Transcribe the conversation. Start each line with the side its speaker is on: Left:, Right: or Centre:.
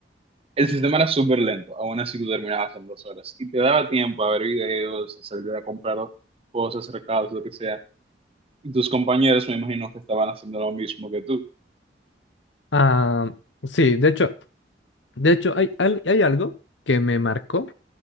Right: el sistema era súper lento, aún así tú terminabas en dos horas y te daba tiempo a ver videos, a salir a comprar cosas, recados, lo que sea. Y tus compañeros me imagino que estaban haciendo lo mismo que tú.
Left: Ah, sí, de hecho, de hecho hay, al- hay algo que me marcó